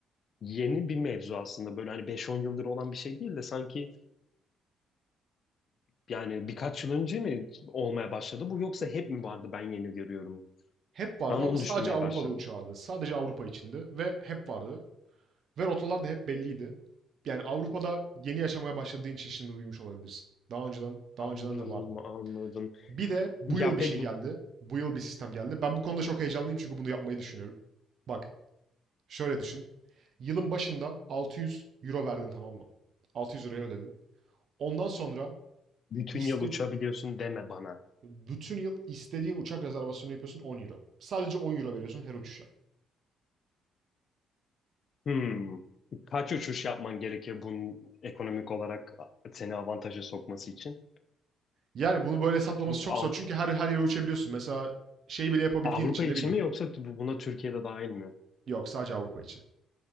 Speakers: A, on the left; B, on the right.
A: yeni bir mevzu aslında. Böyle hani beş on yıldır olan bir şey değil de sanki Yani birkaç yıl önce mi olmaya başladı bu yoksa hep mi vardı ben yeni görüyorum?
B: Hep vardı
A: Ben onu
B: ama sadece
A: düşünmeye
B: Avrupa'da
A: başladım.
B: uçağıydı. Sadece Avrupa içindi ve hep vardı. Ve rotalar da hep belliydi. Yani Avrupa'da yeni yaşamaya başladığın için şimdi duymuş olabilirsin. Daha önceden daha
A: Anladım,
B: önceden de vardı.
A: anladım.
B: Bir de bu
A: Ya
B: yıl
A: pek
B: bir şey geldi. Bu yıl bir sistem geldi. Ben bu konuda çok heyecanlıyım çünkü bunu yapmayı düşünüyorum. Bak, şöyle düşün. Yılın başında 600 euro verdin tamam mı? 600 euroya ödedin. Ondan sonra
A: bütün
B: istediğin
A: yıl uçabiliyorsun deme bana.
B: Bütün yıl istediğin uçak rezervasyonu yapıyorsun 10 euro. Sadece 10 euro veriyorsun her uçuşa.
A: Hmm. Kaç uçuş yapman gerekir bunun ekonomik olarak seni avantaja sokması için?
B: Yani bunu böyle hesaplaması
A: Çünkü
B: çok
A: Av-
B: zor çünkü her her yere uçabiliyorsun. Mesela şey bile yapabildiğin
A: Avrupa
B: için
A: içi
B: de bileyim.
A: mi yoksa bu- buna Türkiye'de dahil mi?
B: Yok sadece Avrupa içi.